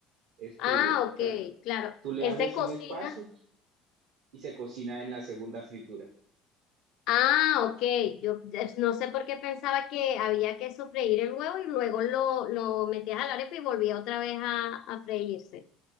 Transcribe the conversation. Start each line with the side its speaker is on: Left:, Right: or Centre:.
Right: es
Left: Ah,
Right: crudo. O
Left: ok,
Right: sea,
Left: claro.
Right: tú le
Left: Él
Right: abres
Left: se cocina.
Right: un espacio y se cocina en la segunda fritura.
Left: Ah, ok. Yo eh, no sé por qué pensaba que había que sofreír el huevo y luego lo, lo metías a la arepa y volvía otra vez a, a freírse.